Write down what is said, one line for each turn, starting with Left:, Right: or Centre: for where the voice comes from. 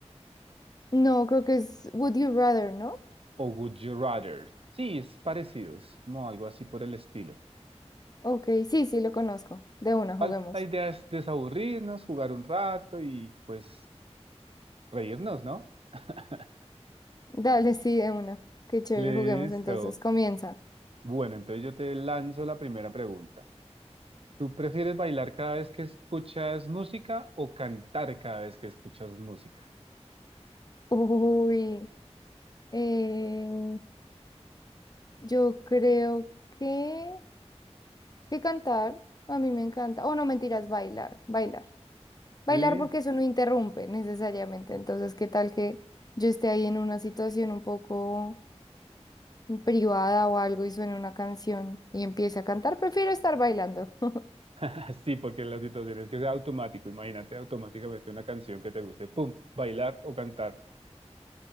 Left: No, creo que es Would You Rather, ¿no?
Right: o would you rather. Sí, es parecido, es como algo así por el estilo.
Left: Ok, sí, sí, lo conozco. De una, juguemos.
Right: Igual, La idea es desaburrirnos, jugar un rato y pues reírnos, ¿no? <laughs>
Left: Dale, sí, de una. Qué chévere,
Right: Listo.
Left: juguemos entonces. Comienza.
Right: Bueno, entonces yo te lanzo la primera pregunta. ¿Tú prefieres bailar cada vez que escuchas música o cantar cada vez que escuchas música?
Left: Uy, eh, yo creo que... Que cantar, a mí me encanta. O no, mentiras, bailar, bailar. Bailar
Right: Sí.
Left: porque eso no interrumpe necesariamente. Entonces, ¿qué tal que yo esté ahí en una situación un poco privada o algo y suene una canción y empiece a cantar? Prefiero estar bailando. <laughs>
Right: <laughs> Sí, porque la situación es que sea automático. Imagínate automáticamente una canción que te guste. ¡Pum! Bailar o cantar.